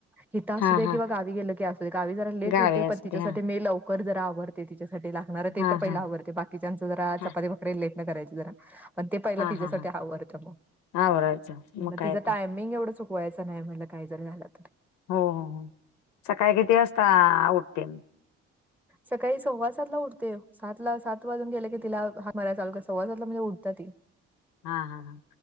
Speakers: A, in the centre; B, on the left (about 80°).
A: हित आ
B: हा
A: सुदे
B: हा
A: किंवा गावी गेलं की अस. गावी जरा लेट
B: गावे
A: होते
B: असते
A: पण तिच्यासाठी
B: हा
A: मी लवकर जरा आवरते तिच्यासाठी ला गनार ते
B: हा
A: तर पहिला
B: हा
A: आवरते बाकीच्यांच जरा
B: हा
A: चपाती भाकरी लेटन करायची जरा. पण ते पहिल
B: हा
A: तिच्यासाठी
B: हा हा
A: आवरतीया म
B: आवरायचं
A: म्हणलं
B: मग काय
A: तिज टाईम
B: तर
A: मींग एवढं चुकवायचं नाय म्हणटलं काय जरी झालं तर.
B: हो सकाळी किती वाजता उठते म?
A: सकाळी सव्वा सातला उठते सातला सात वाजून गेले की तिला हाक मारय चालू सव्वा सातला म्हणजे उठतिया ती.
B: हा हा हा.